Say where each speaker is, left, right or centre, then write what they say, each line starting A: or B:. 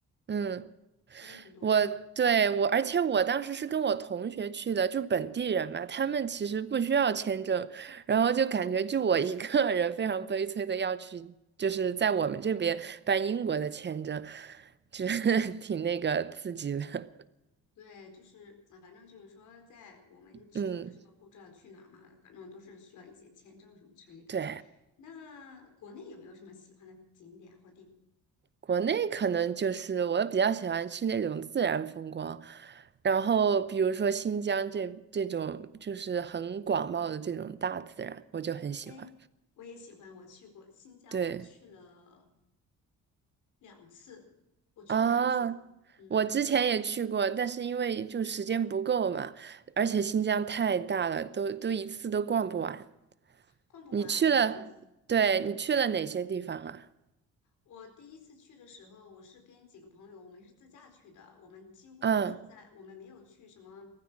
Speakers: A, on the right; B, on the left.
A: 嗯，
B: 便宜很多。
A: 我对我，而且我当时是跟我同学去的，就本地人嘛，他们其实不需要签证，然后就感觉就我一个人非常悲催的要去，就是在我们这边办英国的签证，就是 <laughs> 挺那个刺激的，
B: 对，就是啊，反正就是说，在我们持有的这个护照去哪儿嘛，
A: 嗯，
B: 反正都是需要一些签证什么之类的。
A: 对，
B: 那国内有没有什么喜欢的景点或地方？
A: 国内可能就是我比较喜欢去那种自然风光，然后比如说新疆这这种就是很广袤的这种大自然，我就很喜欢。
B: 哎，我也喜欢，我去过新疆，
A: 对
B: 我去了两次，我去了两次，
A: 啊，
B: 嗯，
A: 我之前也去过，但是因为就时间不够嘛，而且新疆太大了，都都一次都逛不完。
B: 逛不完，
A: 你去了，
B: 你只能，
A: 对，
B: 嗯，
A: 你去了哪些地方啊？
B: 我第一次去的时候，我是跟几个朋友，我们是自驾去的，我们几乎都是在，
A: 嗯
B: 我们没有去什么